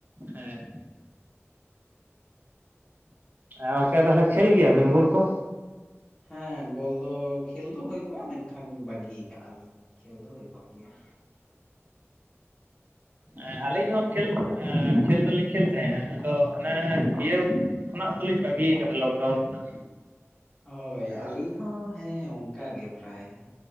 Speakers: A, on the right; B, on the left.
A: ᱦᱮᱸ᱾ ᱮ ᱜᱚᱝᱠᱮ ᱛᱟᱞᱦᱮ ᱠᱷᱮᱞ ᱜᱮᱭᱟ ᱵᱤᱱ ᱵᱳᱞ ᱠᱚ?
B: ᱦᱮᱸ ᱵᱚᱞ ᱫᱚ ᱠᱷᱮᱞ ᱫᱚ ᱦᱳᱭ ᱠᱚᱜ-ᱟ ᱢᱮᱱᱠᱷᱟᱱ ᱵᱟᱜᱤ ᱠᱟᱜ-ᱟ ᱞᱤᱧ ᱠᱷᱮᱞ ᱫᱚ ᱦᱳᱭ ᱠᱚᱜ ᱜᱮᱭᱟ ᱾
A: ᱮᱻ ᱟᱹᱞᱤᱧ ᱦᱚᱸ ᱠᱷᱮᱞ ᱮᱻ ᱠᱷᱮᱞ ᱫᱚᱞᱤᱧ ᱠᱷᱮᱞ ᱛᱟᱦᱮᱸᱜ-ᱟ᱾ ᱟᱫᱚ ᱮᱻ ᱤᱭᱟᱹᱣ‌ ᱠᱷᱚᱱᱟᱜ ᱫᱚᱞᱤᱧ ᱵᱟᱹᱜᱤ ᱠᱟᱫᱟ ᱞᱚᱠᱰᱟᱣᱩᱱ ᱠᱷᱚᱱᱟᱜ᱾
B: ᱦᱳᱭ
A: ᱚ
B: ᱟᱹᱞᱤᱧ ᱦᱚᱸ ᱦᱮᱸ ᱚᱱᱠᱟ ᱜᱮ ᱯᱮᱨᱟᱭ᱾